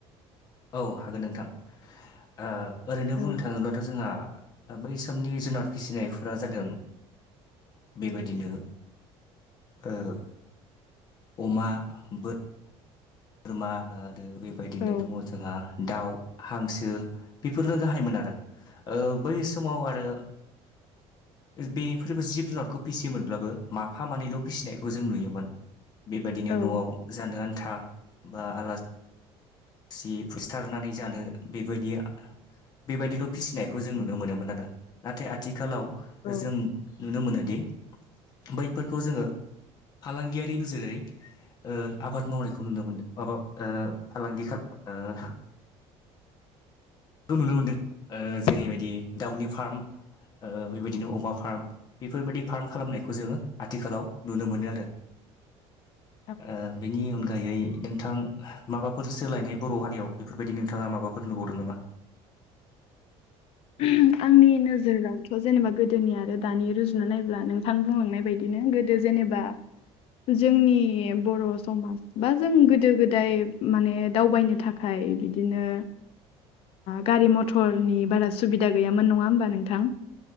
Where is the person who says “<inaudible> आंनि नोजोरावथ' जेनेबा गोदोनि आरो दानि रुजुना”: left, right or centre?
Left